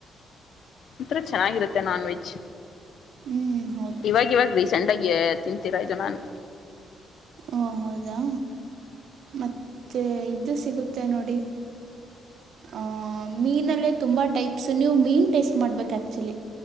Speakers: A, on the left (about 65°); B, on the right (about 65°).
A: ಒಥರ ಚೆನ್ನಾಗಿರುತ್ತೆ ನಾನ್ ವೆಜ್
B: ಹ್ಞೂ ಹೌದು
A: ಇವವಾಗ ಸೆಂಡಗೆ ತಿಂತೀರಾ ಇದು ನಾನು
B: ಓ ಹೌದಾ ಮತ್ತೆ ಇದು ಸಿಗುತ್ತೆ ನೋಡಿ ಆ ಮೀನಲ್ಲೇ ತುಂಬಾ ಟೈಪ್ಸ್ ನೀ ಮೀನ್ ಟೇಸ್ಟ್ ಮಾಡ್ಬೇಕು ಆಕ್ಚುಲಿ